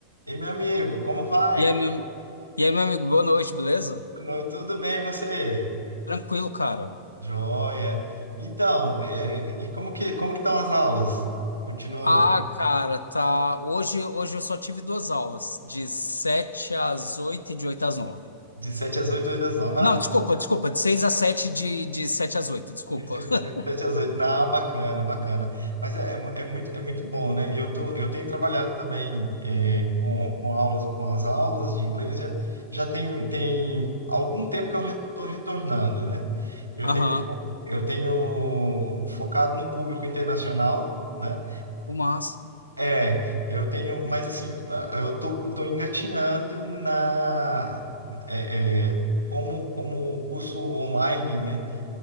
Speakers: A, on the right; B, on the left.
A: Ei meu amigo, como vai?
B: E aí, meu, e aí, meu amigo, boa noite, beleza?
A: Boa noite, Tudo bem, e você?
B: Tranquilo, cara.
A: Joia. Então, é, e como que como que estão as aulas? Continuo
B: Ah, cara, tá. Hoje, hoje eu só tive duas aulas, de 7 às oito e de 8 às nove
A: de sete às 8 8 às 9. Ah,
B: Não, desculpa, desculpa, de seis às sete e de, de sete às oito desculpa.
A: de 6
B: <laughs>
A: às 7, 7 às 8. Não, bacana, bacana. Mas é, é, mu- é muito, é muito bom, né? Eu tô, eu tenho trabalhado também é, com, com aulas, com as aulas de inglês. Já, já tem, tem algum tempo que eu estou retornando, né? Eu
B: Aham,
A: tenho, eu tenho focado no público internacional. né?
B: o máximo.
A: É, eu tenho, mas assim, eu tô, tô engatinhando na é, é, como como curso online, né?